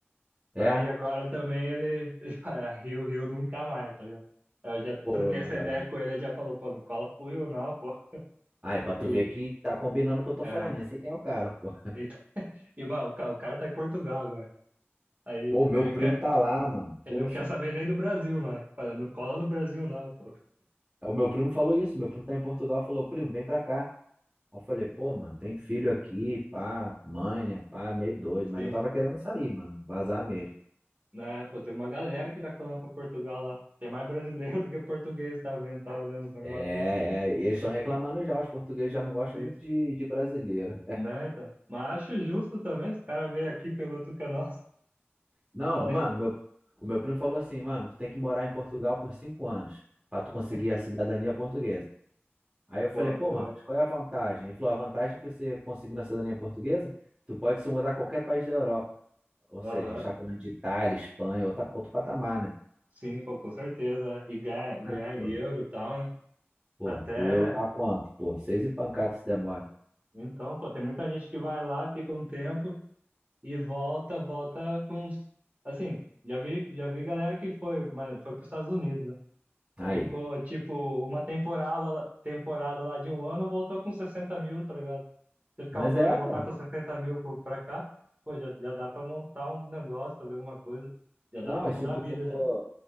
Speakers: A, on the right; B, on the right.
A: é,
B: aí agora também ele, <laughs> ele fala, "É, Rio, Rio nunca mais, tá ligado? Aí Eu já
A: pô,
B: troquei essa
A: é.
B: ideia com ele, ele já falou, pô, não cola pro Rio não, pô.
A: Aí, pra
B: E,
A: tu ver que tá combinando o que eu tô
B: é,
A: falando, nem sei quem é o cara, pô.
B: e, tá, e mano, o cara, o cara tá em Portugal agora. Aí,
A: Pô, meu
B: aí
A: primo
B: o ca-
A: tá lá, mano, poxa.
B: ele não quer saber nem do Brasil, mas fala, não cola no Brasil não, pô.
A: O meu primo falou isso, meu primo tá em Portugal, falou, primo, vem pra cá. Aí eu falei, pô, mano, tem filho aqui, pá, mãe, né? Pá, meio doido. Mas
B: Sim,
A: eu tava querendo sair, mano, vazar mesmo.
B: né, pô, tem uma galera que tá colando pra Portugal lá. Tem mais brasileiro <laughs> do que português, tá vendo? Tava lendo os negócios
A: É,
B: aí.
A: é, eles estão reclamando já, os portugueses já não gostam
B: Sim.
A: muito de, de brasileiro.
B: Né, então. Mas acho justo também. Os caras veio aqui, pegou tudo que é nosso.
A: Não,
B: Falei,
A: mano, meu, o meu primo falou assim, mano, tu tem que morar em Portugal por cinco anos pra tu
B: <laughs>
A: conseguir a cidadania portuguesa. Aí eu falei,
B: boa,
A: pô,
B: boa.
A: mano, mas qual é a vantagem? Ele falou, a vantagem é que você conseguindo a cidadania portuguesa, tu pode se mudar a qualquer país da Europa. Ou
B: Aham.
A: seja, a gente tá falando de Itália, Espanha, outra, outro patamar, né?
B: Sim, pô, com certeza. né, E ganhar, ganhar
A: Ah,
B: em
A: pô.
B: euro e tal, né?
A: Pô,
B: Até.
A: o euro tá quanto? Pô, seis e pancada se demora.
B: Então, pô, tem muita gente que vai lá, fica um tempo e volta, volta com. uns- Assim, já vi, já vi galera que foi, mas foi para os Estados Unidos, né?
A: Aí.
B: Ficou, tipo, uma temporada, temporada lá de um ano, voltou com sessenta mil, tá ligado? Você ficar
A: Mas
B: um
A: é,
B: ano e voltar
A: pô.
B: com sessenta mil pro- pra cá, pô, já, já dá pra montar um negócio, fazer alguma coisa. Já dá
A: Não,
B: pra mudar
A: e se tu
B: a vida
A: for,
B: já.